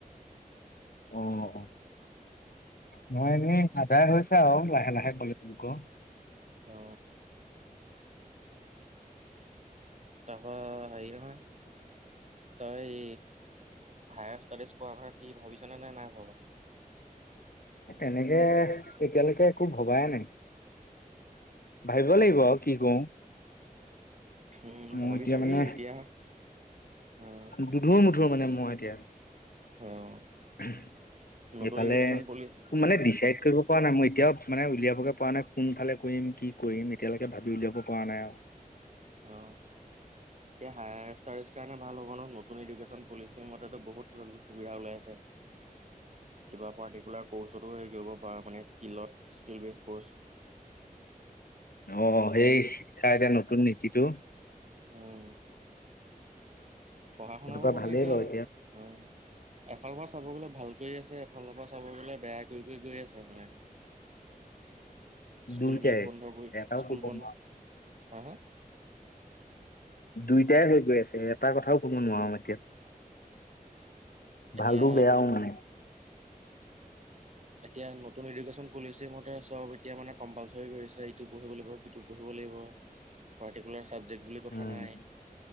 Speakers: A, on the left; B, on the right.
A: অ' মই এনেই আদায় হৈছে আৰু লাহে লাহে কলেজ বুকৰ।
B: হ' তাৰপা হেৰি নহয়। তই, হায়াৰ ষ্টাডিজ কৰ কথা কি ভাবিছানে নে নাই ভবা?
A: তেনেকে এতিয়ালৈকে একো ভবাই নাই। ভাবিব লাগিব কি কৰো।
B: উম
A: মোৰ
B: ভাবি
A: এতিয়া
B: চাবি
A: মানে
B: এতিয়া। অঁ
A: দুধুৰ মধুৰ মানে, মই এতিয়া এইফালে
B: অঁ নতুন এডুকেশ্যন পলিচি
A: মানে ডিচাইড কৰিব পৰা নাই মই এতিয়াও' মানে উলিয়াবগে প নাই কোন ফালে কৰিম কি কৰিম এতিয়ালৈকে ভাবি উলিয়াব পৰা নাই আৰু।
B: অ, এতিয়া হায়। স কাৰণ ভ হ'ব নতুন এডুক্যন <unintelligible> পলিচিৰ মতেতো বহুত কিবা কিবি সুবিধা ওলাই আছে কিবা পাৰ্টিকুলাৰ। ক'ৰ্চতো হেৰি কৰিব পাৰা মানে, স্কীলত স্কীল । <unintelligible>
A: অ, সেই শিক্ষা এতিটা নতুন নীতিটো।
B: অঁ। পঢ়া
A: সেইটোৰ
B: শুনাবোৰ
A: পৰা
B: মানে
A: ভালেই
B: এতিয়া
A: বাৰু
B: হয়। এফালৰ চাব গলে ভাল কৰি আছে এফালৰ পৰা চাব গলে বেয়া কৰি গৈ আছে মানে। স্কুলবিলাক
A: দুইটাই
B: বন্ধ গৈ
A: এটাও
B: স্কুল
A: কব
B: বন্ধ।
A: নোৱাৰো
B: হ হ হ।
A: দুইটাই হৈ গৈ আছে, এটা কথাও ক'ব নোৱাৰো মানে।
B: এতিয়া
A: ভালো বেয়াও
B: নতুন
A: মানে
B: এতিয়া নতুন। নতুন এডুকেশ্যন পলিচি মতে চব এতিয়া মানে কম্পালচৰি কৰিছে ইটো পঢ়িব লাগিব, সিটো পঢ়িব লাগিব পাৰ্টিকুলাৰ ছাবজেক্ট । বুলি কথা
A: উম
B: নাই।